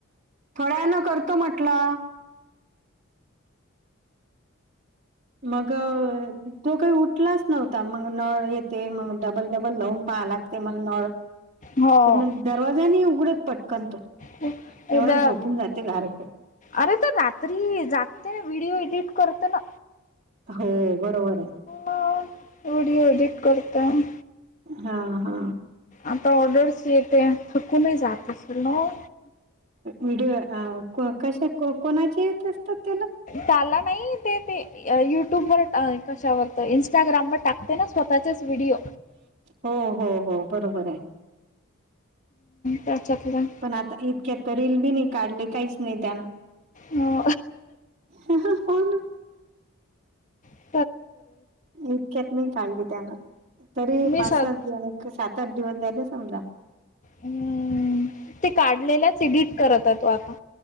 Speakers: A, on the right (about 35°); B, on the left (about 35°).
A: थोड्यां वेळान करतो म्हटलं मग तो काही उठलाच नव्हता मग नळ ये ते मग डबल डबल लावून पहा लागते मला नळ
B: हो
A: तर मग दरवाजाने उघडत पटकन तो
B: खूप
A: एवढा
B: उद्या
A: झोपून जाते घारक
B: अरे तर रात्री जागते व्हिडिओ एडिट करते ना
A: हो बरोबर आहे
B: म ऑडिओ एडिट करताेय.
A: हा हा
B: आता ऑर्डरस येते थकूनही जात असेल ना
A: व्हिडिओ आ को कशा को कोणाचे येत असतात त्याला
B: त्याला नाही ते ते युट्यूबवर कशावर इंस्टाग्रामम टाकते ना स्वतःचेच व्हिडिओ
A: हो हो हो बरोबर आहे.
B: त्याच्यातल
A: पण आता इतक्यात तर रील बी नाही काढली काहीच नाही त्यान
B: हो
A: ह हा होना
B: ह <unintelligible>
A: इतक्यात नाही काढली त्यान तरी
B: मी
A: पाच
B: स
A: सात दिवा एक सात-आठ दिवस झाले समजा
B: हम्म ते काढलेल्याच एडिट करतात तो आपण